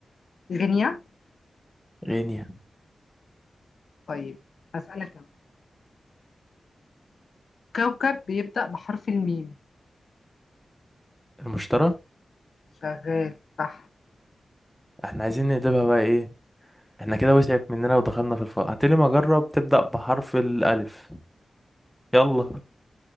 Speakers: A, on the left; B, in the centre.
A: غينيا
B: غينيا
A: طيب هسألك انا كوكب بيبدأ بحرف الميم
B: المشترى
A: شغال صح
B: احنا عايزين نقلبها بقى ايه احنا كده وسعت مننا ودخلنا في الفرع هتقولي ما اجرب تبدأ بحرف الالف يلا